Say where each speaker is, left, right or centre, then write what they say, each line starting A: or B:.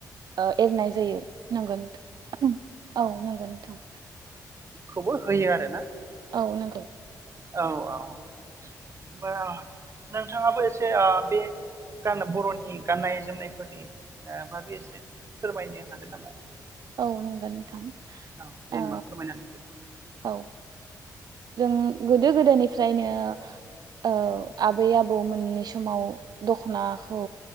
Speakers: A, on the right; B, on the right.
A: ओ एरनाय जायो नांगो नोंथां औ नंगौ नोंथां
B: खौबो होयो आरो ना
A: औ नंगौ
B: औ औ ओमबा नोंथाङाबो एसे ओ बे गान बर'नि गाननाय जोमनायफोरनि ओ बागै एसे फोरमायनो हागोन नामा
A: औ हागोन नोंथां
B: औ दे
A: ओ
B: होमबा फोरमायनानै होदो
A: औ जों गोदो गोदोनिफ्रायनो औ आबै आबौमोननि समाव दख'नाखौ